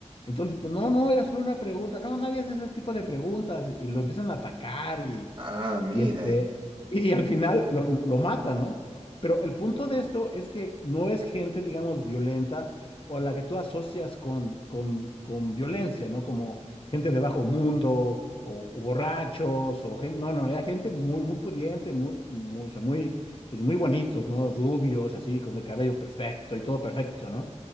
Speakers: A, on the left; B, on the right.
A: Entonces, pues no, no, era solo una pregunta. No, nadie hace ese tipo de preguntas y lo empiezan a atacar y,
B: Ah, mira,
A: y este,
B: y-
A: y al final lo, lo mata, ¿no? Pero el punto de esto es que no es gente, digamos, violenta o la que tú asocias con, con, con violencia, ¿no? Como gente de bajo mundo o, o borrachos o gente, no, no, era gente muy, muy pudiente, muy, muy, o sea, muy, pues muy bonitos, ¿no? Rubios, así, con el cabello perfecto y todo perfecto, ¿no?